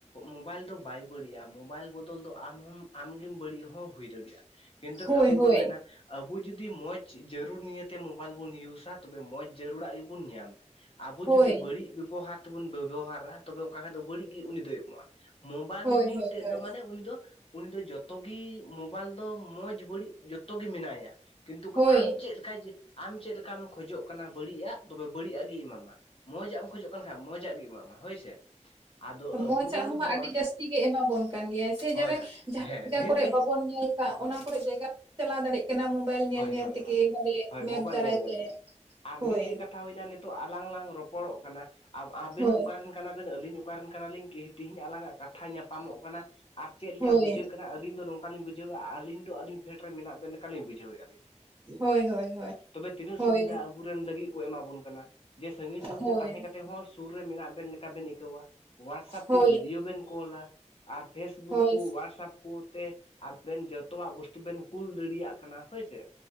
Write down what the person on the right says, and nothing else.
ᱦᱳᱭ
ᱦᱳᱭ
ᱦᱳᱭ
ᱦᱳᱭ
ᱦᱳᱭ ᱦᱳᱭ
ᱦᱳᱭ
ᱢᱚᱪᱟᱜ ᱦᱚᱸ ᱢᱟ
ᱟᱹᱰᱤ ᱡᱟᱹᱥᱛᱤ ᱜᱮ ᱮᱢᱟ ᱵᱚᱱ ᱠᱟᱱ ᱜᱮᱭᱟᱭ ᱥᱮ
ᱡᱟᱨᱮ
ᱡᱟᱦᱟᱸ
ᱡᱟᱭᱜᱟ
ᱠᱚᱨᱮᱜ
ᱵᱟᱵᱚᱱ ᱧᱮᱞ ᱠᱟᱜ
ᱚᱱᱟ ᱠᱚᱨᱮᱜ ᱡᱟᱭᱜᱟ ᱵᱚᱱ ᱪᱟᱞᱟᱣ ᱫᱟᱲᱮᱭᱟᱜ ᱠᱟᱱᱟ ᱵᱚᱱ᱾ ᱢᱳᱵᱟᱭᱤᱞ ᱧᱮᱞ
ᱧᱮᱞ
ᱛᱮᱜᱮ
ᱢᱟᱱᱮ
ᱢᱮᱯ
ᱫᱟᱨᱟᱭ
ᱛᱮ
ᱦᱳᱭ᱾
ᱦᱳᱭ
ᱦᱳᱭ
ᱦᱳᱭ ᱦᱳᱭ ᱦᱳᱭ᱾
ᱦᱳᱭ
ᱦᱳᱭ
ᱦᱳᱭ
ᱦᱳᱭ